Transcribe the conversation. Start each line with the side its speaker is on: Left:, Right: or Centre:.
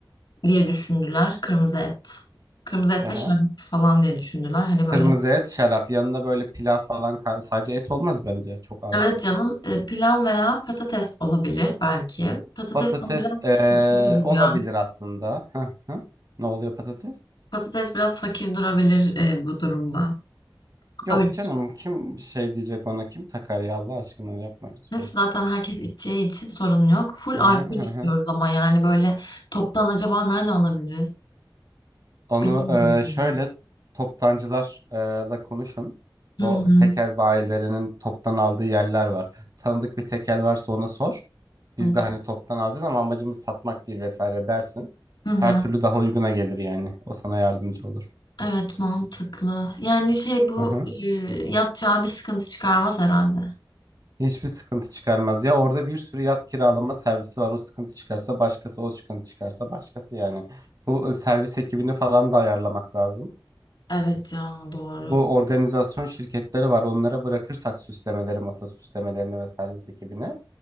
Left: diye düşündüler. Kırmızı et. Kırmızı et
Right: Hı
Left: ve
Right: hı.
Left: şarap falan diye düşündüler. Hani
Right: Kırmızı
Left: böyle.
Right: et, şarap. Yanında böyle pilav falan kay- sadece et olmaz bence. Çok ağır.
Left: Evet canım e, pilav veya patates olabilir belki. Patates
Right: Patates
Left: ama biraz
Right: eee,
Left: fakir gibi
Right: olabilir
Left: ya.
Right: aslında. Hı hı. Ne oluyor patates?
Left: Patates biraz fakir durabilir e, bu durumda.
Right: Yok
Left: Öyle.
Right: canım kim şey diyecek ona kim takar ya Allah aşkına yapma lütfen.
Left: Neyse zaten herkes içeceği için sorun yok. Full
Right: Hı
Left: alkol
Right: hı hı
Left: istiyoruz
Right: hı.
Left: ama yani böyle toptan acaba nerede alabiliriz?
Right: Onu
Left: Bilmiyorum.
Right: e, şöyle toptancılarla konuşun.
Left: ya.
Right: Bu
Left: Hı hı.
Right: tekel bayilerinin toptan aldığı yerler var. Tanıdık bir tekel varsa ona sor. Biz
Left: Tamam.
Right: de hani toptan alacağız ama amacımız satmak değil vesaire dersin.
Left: Hı hı.
Right: Her türlü daha uyguna gelir yani. O sana yardımcı olur.
Left: Evet mantıklı. Yani şey bu
Right: Hı hı.
Left: e, yatacağı bir sıkıntı çıkarmaz herhalde.
Right: Hiçbir sıkıntı çıkarmaz. Ya orada bir sürü yat kiralama servisi var. O sıkıntı çıkarsa başkası, o sıkıntı çıkarsa başkası yani. Bu e, servis ekibini falan da ayarlamak lazım.
Left: Evet ya doğru.
Right: Bu organizasyon şirketleri var. Onlara bırakırsak süslemeleri, masa süslemelerini ve servis ekibini.